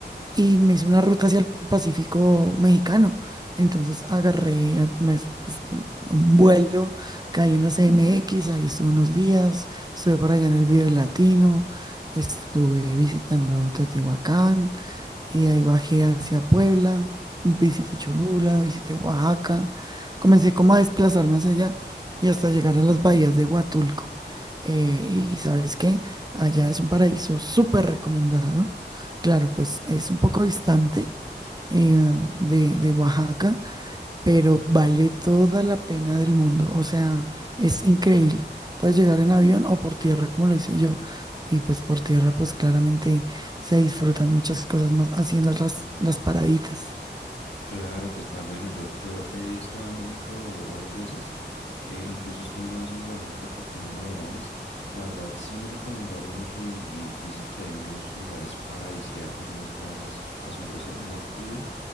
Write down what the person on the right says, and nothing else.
y me hice una ruta hacia el Pacífico mexicano. Entonces agarré eh, me- pues, un vuelo, caí en la CMX, ahí estuve unos días, estuve por allá en el Vive Latino, estuve visitando Teotihuacán y de ahí bajé hacia Puebla, visité Cholula, visité Oaxaca, comencé como a desplazarme hacia allá y hasta llegar a las bahías de Huatulco. Eh, y sabes qué, allá es un paraíso súper recomendado. Claro, pues es un poco distante eh, de, de Oaxaca, pero vale toda la pena del mundo. O sea, es increíble. Puedes llegar en avión o por tierra, como lo hice yo. Y pues por tierra, pues claramente se disfrutan muchas cosas más haciendo las, las paraditas.